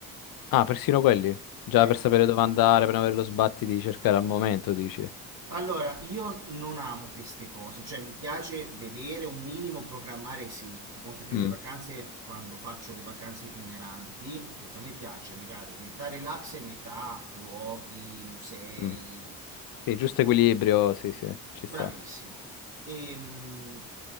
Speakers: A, on the left (about 65°); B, on the right (about 45°).
A: Ah, persino quelli? Già
B: Ecco.
A: per sapere dove andare, per non avere lo sbatti di cercare al momento, dici?
B: Allora, io non amo queste cose, cioè mi piace vedere un minimo programmare, sì. Fai conto che io
A: Mm,
B: le vacanze, quando faccio le vacanze itineranti, perché a me piace magari metà relax e metà luoghi, musei.
A: mm. Sì, giusto equilibrio, sì, sì, ci
B: Bravissimo.
A: sta.
B: Ehm,